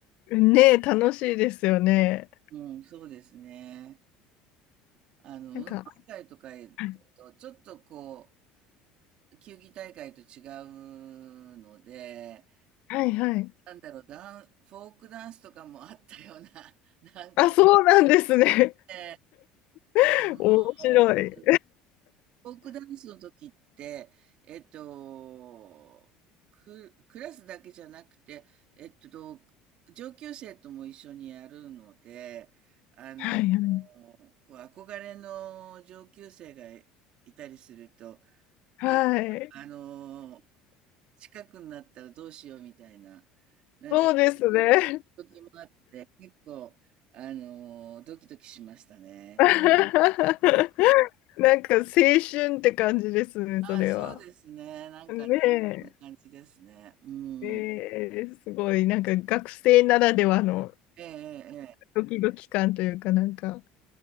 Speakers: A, on the left; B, on the right.
A: ねえ、楽しいですよね。
B: うん、そうですね。あの、
A: なんか、
B: 運動会とかだと、
A: はい
B: ちょっとこう、球技大会と違うので、
A: はいはい。
B: なんだろう、ダン、フォークダンスとかもあったような、<laughs> なんか
A: あ、そうなんですね。
B: ね、
A: <laughs>
B: あのー
A: 面白い。
B: フォークダンスの時って、えっと、ク、クラスだけじゃなくて、えっと、上級生とも一緒にやるので、あの、
A: はいはい。
B: こう憧れの上級生がいたりすると、
A: はい。
B: なんか、あの、近くになったらどうしようみたいな、なんか、
A: そうですね。
B: そういう時もあって、結構、あの、ドキドキしましたね。
A: <laughs> なんか青春って感じですね、
B: ああ、
A: それは。
B: そうですね。なんかね、
A: ね
B: そんな感じですね。う
A: え。えーすごい、
B: ん。
A: なんか学生ならではの
B: ええ、ええ、ええ
A: ドキドキ感というか、なんか、